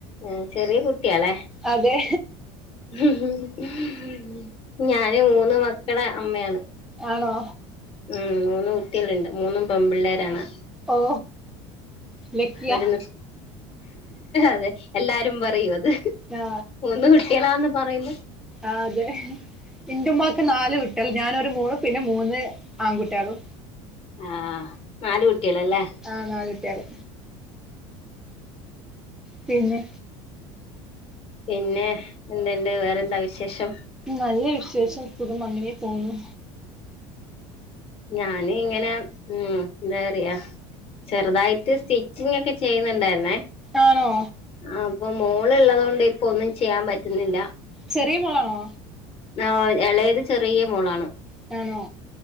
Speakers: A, on the left; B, in the centre.
A: ഏ ചെറിയ കുട്ടിയാലെ
B: അതെ
A: ഉം ഉ. ഞാന് മൂന്ന് മക്കളെ അമ്മയാണ്
B: ആണോ
A: ഉം മൂന്ന് കുട്ടികളുണ്ട് മൂന്നും പെമ്പിള്ളേരാണ്
B: ഓ ലക്കിയ
A: ഒരു അതെ എല്ലാരും പറയൂ അത്
B: ഹലോ
A: ത് കുട്ടിളാന്ന് പറയുമ്പം
B: ആതെ ഇന്റെ ഉമ്മാക്ക് നാല് കുട്ടികൾ ഞാനൊരു മോളും മൂന്ന് പിന്നെ മൂന്ന് ആങ്കുട്ട്യാളും
A: ആ നാല് കുട്ടിളല്ലേ
B: ആ നാല്ട്ട്യാള് പിന്നെ
A: പിന്നെ എന്ത്ണ്ട് വേറെന്താ വിശേഷം
B: നല്ല വിശേഷം സുഖം അങ്ങനെ പോവുന്നു
A: ഞാന് ഇങ്ങനെ ഉം എന്താ പറിയാ ചെറുതായിട്ട് സ്റ്റിച്ചിങ് എക്കെ ചെയ്യ്ന്ന്ണ്ടായിര്ന്നേ
B: ആണോ
A: അപ്പം മോൾള്ളതു കൊണ്ട് ഇപ്പൊ ഒന്നും ചെയ്യാൻ പറ്റുന്നില്ല
B: ചെറിയ മോളാണോ
A: ആഹ് എളയത് ചെറിയ മോളാണ്
B: ട്ടാണോ